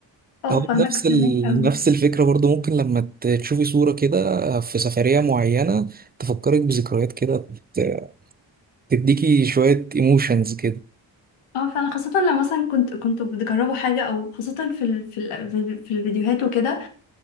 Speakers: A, on the left (about 90°); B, on the right (about 20°).
A: اه
B: او
A: فاهمك
B: نفس
A: فاهمك
B: ال...
A: قوي
B: نفس الفكره برضو ممكن لما ت- تشوفي صوره كده في سفريه معينه تفكرك بذكريات كده ت- تديكي شويه ايموشنز كده
A: اه فعلا خاصة لو مثلا كنت كنت بتجربوا حاجة او خاصة في ال... في ال... في ال- في الفيديوهات وكده